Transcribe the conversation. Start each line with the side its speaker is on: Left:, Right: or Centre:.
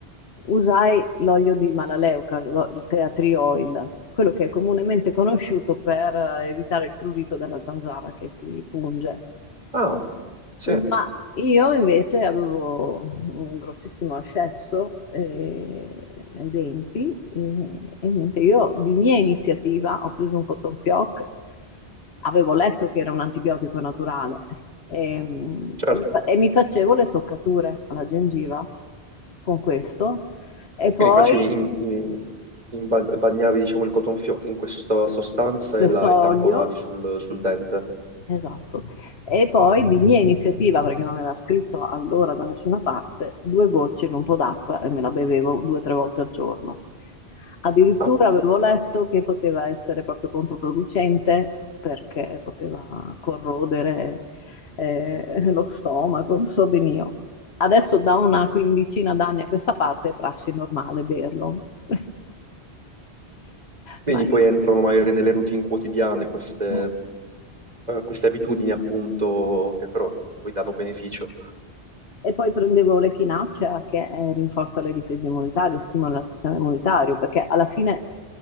Left: usai l'olio di Malaleuca, lo- il tea tree oil, quello che è comunemente conosciuto per eh, evitare il prurito della zanzara che ti punge.
Right: Ah, sì.
Left: Ma io invece avevo un grossissimo ascesso eh, ai denti e, e niente, io di mia iniziativa ho preso un cotton fioc, avevo letto che era un antibiotico naturale e, mm,
Right: Certo,
Left: e mi, fa- e mi facevo le toccature alla gengiva con questo e Mm. poi
Right: quindi facevi in, in- in ba- bagnavi diciamo il cotton fioc in questa sostanza
Left: questo
Right: e, la,
Left: olio,
Right: e tamponavi sul,
Left: sì,
Right: sul dente.
Left: esatto, e poi di mia iniziativa, perché non era scritto allora da nessuna parte, due gocce in un po' d'acqua e me la bevevo due o tre volte al giorno. Addirittura
Right: Ah,
Left: avevo letto che poteva essere proprio controproducente perché poteva corrodere eh, lo stomaco, so ben io. Adesso da una quindicina d'anni a questa parte è prassi normale berlo. <laughs>
Right: vedi,
Left: Ma io...
Right: poi entrano magari nelle routine quotidiane queste,
Left: mm,
Right: eh, queste abitudini appunto che però poi danno beneficio.
Left: E poi prendevo l'echinacea che eh, rinforza le difese immunitarie, stimola il sistema immunitario, perché alla fine